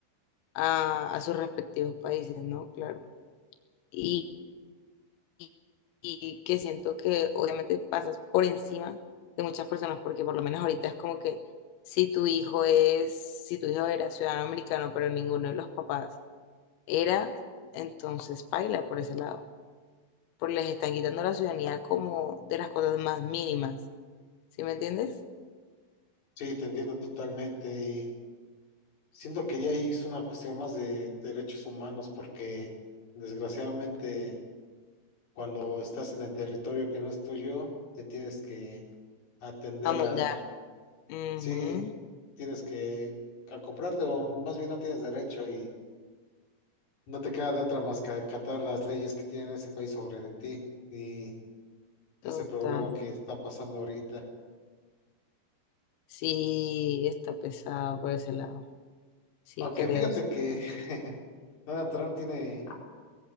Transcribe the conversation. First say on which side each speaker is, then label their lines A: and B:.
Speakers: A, on the left; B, on the left.
A: a, a sus respectivos países, ¿no? Claro. y, y- y que siento que obviamente pasas por encima de muchas personas, porque por lo menos ahorita es como que si tu hijo es, si tu hijo era ciudadano americano, pero ninguno de los papás era, entonces paila por ese lado, porque les están quitando la ciudadanía como de las cosas más mínimas, ¿sí me entiendes?
B: Sí, te entiendo totalmente y siento que ya ahí es una cuestión más de derechos humanos porque desgraciadamente... cuando estás en el territorio que no es tuyo, te tienes que atender
A: Amoldar.
B: a,
A: Ujú,
B: sí, tienes que acoplarte o más bien no tienes derecho y no te queda de otra más que acatar las leyes que tiene ese país sobre de ti y ese
A: total.
B: problema que está pasando ahorita.
A: Sí, está pesado por ese lado. Sí,
B: Aunque
A: creo,
B: fíjate
A: sí.
B: que <laughs> Donald Trump tiene